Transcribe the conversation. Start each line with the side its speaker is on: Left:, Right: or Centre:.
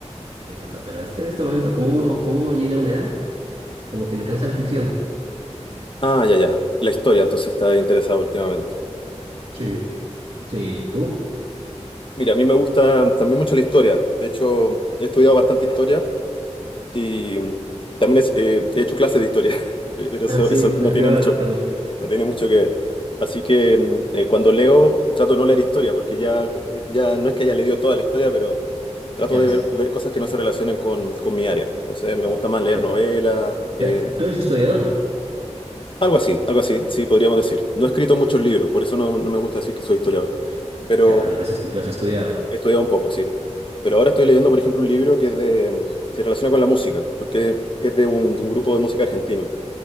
Right: Me encantó, pero este- en este momento, como uno, como uno llega a una edad, como que le cansa la ficción.
Left: Ah, ya, ya. La historia, entonces está interesado últimamente.
Right: Sí, sí, ¿tú?
Left: Mira, a mí me gusta también mucho la historia. De hecho, he estudiado bastante historia y mm, también es- eh, he hecho clases de historia, <laughs> pero eso,
Right: Ah, sí,
Left: eso no
Right: <laughs>
Left: tiene
Right: ¿qué va?
Left: mucho.
Right: ¿Qué
Left: No tiene mucho que ver. Así que mm, eh, cuando leo, trato de no leer historia, porque ya, eh, ya no es que haya leído toda la historia, pero trato
Right: cansa?
Left: de ver, ver cosas que no se relacionen con, con mi área. Entonces me gusta más leer
Right: ¿Qué-
Left: novelas, eh,
Right: qué- ¿Tú eres historiador?
Left: algo así, algo así, sí, podríamos decir. No he escrito muchos libros, por eso no, no me gusta decir que soy historiador, pero
Right: Ya, pero lo has, estu- lo has estudiado.
Left: he estudiado un poco, sí. Pero ahora estoy leyendo, por ejemplo, un libro que es de, mm, se relaciona con la música, porque es de un, de un grupo de música argentino.